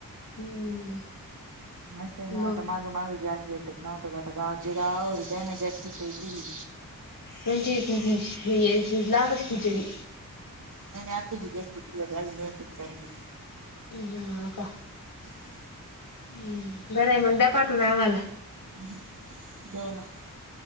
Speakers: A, on the left; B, on the right.
A: हम्म
B: मस्त आहे ना
A: मग
B: आता माग माग गॅस भेटत नव्हत का आता गावज गावर काय ना जाचीच हो तरी
A: म्हणज लागशी चली
B: नाही नाही आपची ज सु सु
A: ह का
B: आणि ह
A: हम्म बरं आहे मग द्या पाठवून आम्हाला
B: ब